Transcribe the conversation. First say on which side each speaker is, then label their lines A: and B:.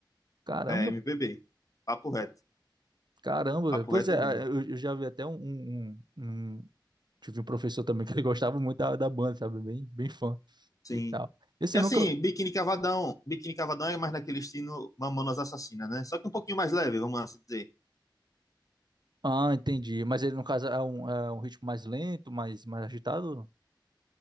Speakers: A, on the right; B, on the left.
A: Caramba.
B: É MPB. Papo reto.
A: Caramba,
B: Papo
A: velho. Pois
B: reto
A: é,
B: mesmo.
A: eu, eu já vi até um, um, um- Tive um professor também que ele <laughs> gostava muito da, da banda, sabe? Bem, bem fã
B: Sim.
A: e tal. Esse
B: E assim,
A: eu nunca.
B: Biquíni Cavadão, Biquíni Cavadão é mais naquele estilo Mamonas Assassinas, né? Só que um pouquinho mais leve, vamos assim dizer.
A: Ah, entendi. Mas ele, no caso, é um, é um ritmo mais lento, mais, mais agitado?